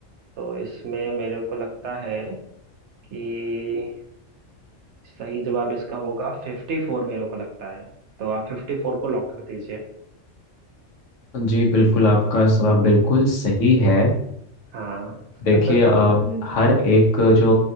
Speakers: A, on the right; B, on the left.
A: तो इसमें मेरे को लगता है कि सही जवाब इसका होगा फिफ्टी फोर मेरे को लगता है तो आप फिफ्टी फोर को लॉक कर दीजिए
B: जी बिल्कुल आपका जवाब बिल्कुल सही है
A: हाँ
B: देखिए
A: <laughs>
B: अ, हर एक जो